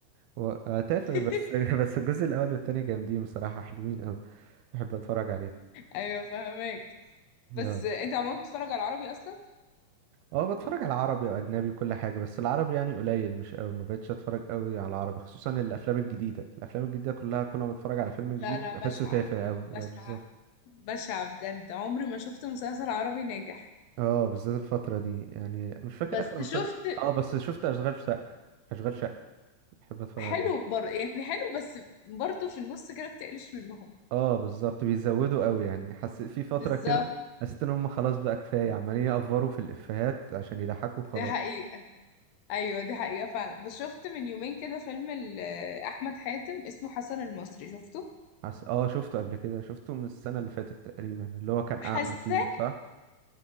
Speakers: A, on the right (about 80°); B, on the left (about 75°).
A: و- آه، تافه
B: <laughs>
A: بس <laughs> بس الجزء الاول والتاني جامدين بصراحه حلوين قوي بحب اتفرج
B: ايوه فهمك بس
A: عليهم
B: انت عمال بتتفرج على العربي اصلا
A: اه بتفرج على عربي واجنبي وكل حاجه بس العربي يعني قليل مش قوي ما بقتش اتفرج قوي على العربي خصوصا الافلام الجديده الافلام الجديده كلها كل ما بتفرج على فيلم جديد
B: لا لا
A: بحسه
B: بشعة
A: تافه قوي
B: بشعة
A: اه بالظبط
B: بشعة بجد عمري ما شفت مسلسل عربي ناجح
A: اه بالذات الفتره دي يعني مش فاكر
B: بس
A: اخر مسلسل
B: شفت
A: اه بس شفت اشغال شقه اشغال شقه بحب اتفرج
B: حلو
A: عليه
B: بر... يعني حلو بس برضه في النص كده بتقلش منهم
A: اه بالظبط بيزودوا قوي يعني حسيت في فتره
B: بالظبط
A: كده حسيت ان هم خلاص بقى كفايه عمالين يأفوروا في الافيهات عشان يضحكوا خلاص
B: دي حقيقة أيوة دي حقيقة فعلا بس شفت من يومين كده فيلم ال- أحمد حاتم اسمه حسن المصري شفته
A: حس... اه شفته قبل كده شفته من السنه اللي فاتت تقريبا اللي هو كان
B: حاسة
A: اعمى فيه صح